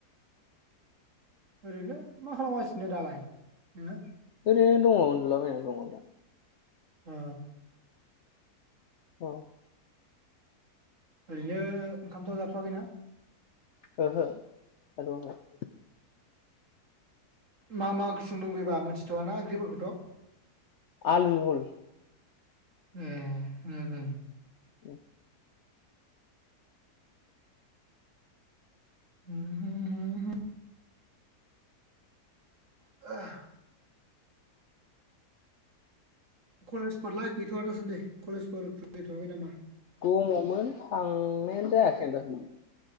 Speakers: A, on the right (about 50°); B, on the left (about 60°).
A: ओरैनो मा खालामगासिनो दालाय नोङो?
B: ओरैनो दङ' उन्दुलाबायनानै दङ दा।
A: अ।
B: औ।
A: ओरैनो ओंखामथ' जाथ'वाखैना?
B: ओहो। <inaudible>
A: मा मा ओंख्रि संदों बेबा मोनथिथवा ना ओंख्रिफोरखौथ
B: आलु जुहुल
A: ए दे दे
B: <inaudible>
A: <unintelligible> <inaudible> कलेजफोरलाय गैथवा दासानदि कलेजफोर खुलिथवाखै नामा?
B: दङमोन थांनायानो जायाखै आं दा सान्दि।